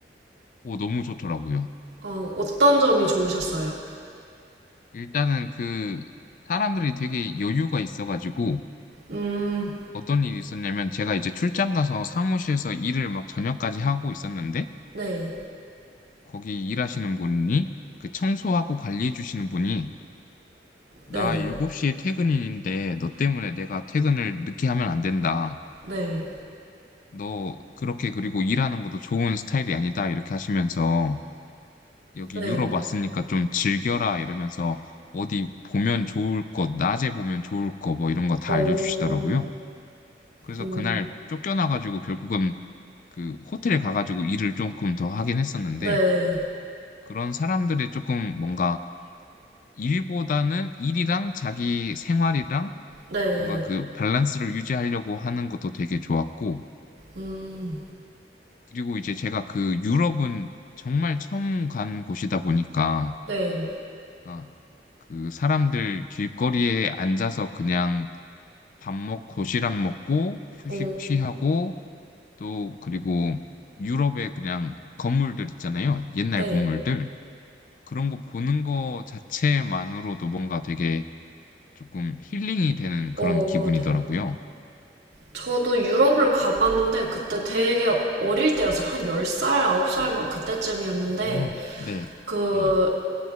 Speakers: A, on the left (about 45°); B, on the right (about 85°).
A: 오, 너무 좋더라고요.
B: 어, 어떤 점이 좋으셨어요?
A: 일단은 그 사람들이 되게 여유가 있어가지고
B: 음,
A: 어떤 일이 있었냐면 제가 이제 출장 가서 사무실에서 일을 막 저녁까지 하고 있었는데
B: 네.
A: 거기 일하시는 분이 그 청소하고 관리해 주시는 분이 나
B: 네네.
A: 7시에 퇴근인데 너 때문에 내가 퇴근을 늦게 하면 안 된다.
B: 네.
A: 너 그렇게 그리고 일하는 것도 좋은 스타일이 아니다. 이렇게 하시면서 여기
B: 네.
A: 유럽 왔으니까 좀 즐겨라 이러면서 어디 보면 좋을 것, 낮에 보면 좋을 거 뭐 이런 거 다
B: 오,
A: 알려주시더라고요. 그래서
B: 음,
A: 그날 쫓겨나가지고 결국은 그 호텔에 가가지고 일을 조금 더 하긴 했었는데
B: 네.
A: 그런 사람들이 조금 뭔가 일보다는 일이랑 자기 생활이랑
B: 네.
A: 뭔가 그 밸런스를 유지하려고 하는 것도 되게 좋았고
B: 음,
A: 그리고 이제 제가 그 유럽은 정말 처음 간 곳이다 보니까
B: 네.
A: 그러니까 그 사람들 길거리에 앉아서 그냥 밥 먹고 도시락 먹고 휴식
B: 오,
A: 취하고 또 그리고 유럽의 그냥 건물들 있잖아요. 옛날
B: 네.
A: 건물들. 그런 거 보는 거 자체만으로도 뭔가 되게 조금 힐링이 되는 그런
B: 오,
A: 기분이더라고요.
B: 네네. 저도 유럽을 가봤는데 그때 되게
A: 네.
B: 어릴 때여서 한 10살, 9살 막 그때쯤이었는데
A: 음, 네.
B: 그,
A: 예.